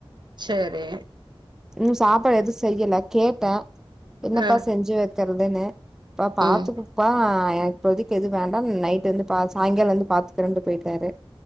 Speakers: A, on the right; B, in the centre.
A: செரி
B: ம் சாப்பாடு எதும் செய்யல கேட்டே என்னப்பா
A: ஆ
B: செஞ்சி வக்கிறதுன்னு பா பாத்துகோ
A: ம்
B: ப்பா எனக்கு இப்போதைக்கு எது வேண்டா நைட் வந்து பா சாயங்கால வந்து பாத்துகிறேன்ட்டு போயிட்டாரு